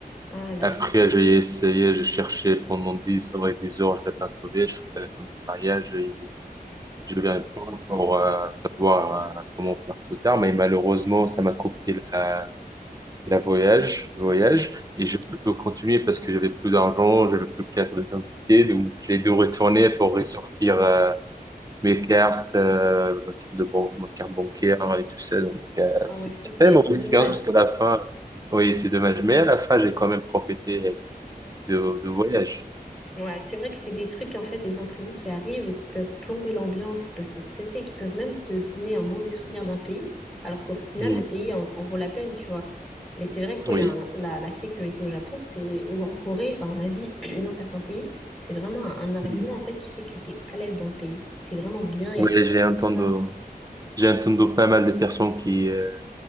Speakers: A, in the centre; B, on the right.
A: Ah là
B: Après,
A: là.
B: j'ai essayé, j'ai cherché pendant des heures et des heures, je l'ai pas trouvé. Je suis allé à la commissariat, j'ai j'ai levé un plan pour euh, savoir euh, comment faire plus tard. Mais malheureusement, ça m'a coupé la, la voyage, le voyage. Et je peux pas continuer parce que j'avais plus d'argent, j'avais plus de carte d'identité. Donc, j'ai dû retourner pour ressortir. euh, mes cartes, euh, ma carte de ban- ma carte bancaire et tout ça. Donc, euh,
A: Ah
B: c'était
A: ouais, ça c'est
B: pas une mauvaise
A: c'est
B: expérience
A: dommage.
B: parce qu'à la fin, oui, c'est dommage. Mais à la fin, j'ai quand même profité de, de voyage.
A: Ouais, c'est vrai que c'est des trucs, en fait, des imprévus qui arrivent et qui peuvent plomber l'ambiance, qui peuvent te stresser, qui peuvent même te donner un mauvais souvenir d'un pays, alors qu'au final,
B: Mm.
A: le pays en, en vaut la peine, tu vois. Mais c'est vrai que ouais,
B: Oui.
A: la, la- la sécurité au Japon, c'est, ou en Corée, enfin en Asie, <clears throat> dans certains pays, c'est vraiment un, un argument,
B: Mm.
A: en fait, qui fait que tu es à l'aise dans le pays. Tu es vraiment bien et
B: Oui,
A: tu te
B: j'ai
A: stresses
B: entendu,
A: pas.
B: j'ai entendu pas mal de personnes qui, euh,